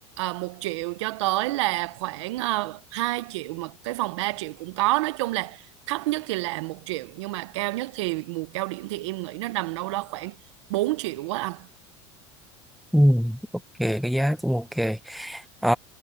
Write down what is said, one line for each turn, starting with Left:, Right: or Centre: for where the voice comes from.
Right: uh, 1 triệu cho tới là khoảng uh, 2 triệu mà cái phòng 3 triệu cũng có nói chung là thấp nhất thì là một triệu nhưng mà cao nhất thì mùa cao điểm thì em nghĩ nó nằm đâu đó khoảng 4 triệu quá
Centre: Ừ. ok cái giá cũng ok. Ờ,